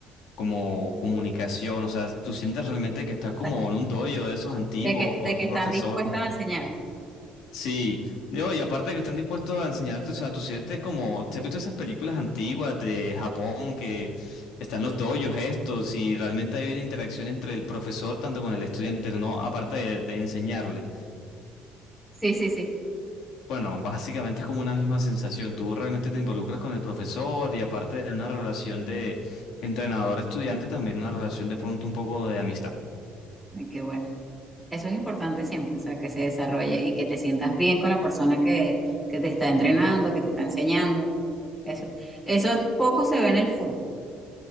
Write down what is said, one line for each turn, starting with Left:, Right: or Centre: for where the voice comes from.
Left: como comunicación, o sea, tú sientes realmente que estás como
Centre: sea,
Left: en un dojo de esos antiguos
Centre: de que,
Left: con
Centre: de
Left: un
Centre: que están
Left: profesor.
Centre: dispuestos a enseñarte.
Left: Sí, no, y aparte que están dispuestos a enseñarte, o sea, tú sientes como, ¿te has visto esas películas antiguas de Japón que están los dojos estos y realmente hay una interacción entre el profesor tanto con el estudiante, no aparte de, de enseñarle?
Centre: Sí, sí, sí.
Left: Bueno, básicamente es como una misma sensación, tú realmente te involucras con el profesor y aparte de una relación de entrenador-estudiante, también una relación de pronto un poco de amistad.
Centre: Ay, Qué bueno. Eso es importante siempre, o sea, que se desarrolle y que te sientas bien con la persona que, que te está entrenando, que te está enseñando. Eso, eso poco se ve en el fútbol.